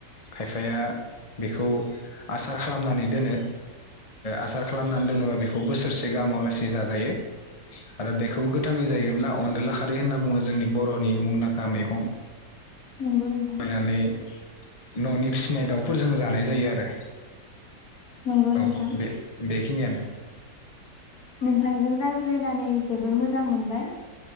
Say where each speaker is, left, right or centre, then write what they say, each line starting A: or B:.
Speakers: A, on the left; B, on the left.
A: खायफाया बेखौ आसार खालामनानै दोनो आसार खालामनानै दोनोबा बेखौ बोसोरसे गाहामाव लासै जाजायो। आरो बेखौ गोथाङै जायोब्ला अनदला खारै होनना बुङो जोंनि बर'नि मुंदांखा मैगं।
B: नंगौ नोंथां
A: नानै <inaudible> न'नि फिसिनाय दाउफोरजों जानाय जायो आरो।
B: नंगौ
A: औ
B: नोंथां
A: बे बेखिनियानो।
B: नोंथांजों रायज्लायनानै जोबोर मोजां मोनबाय।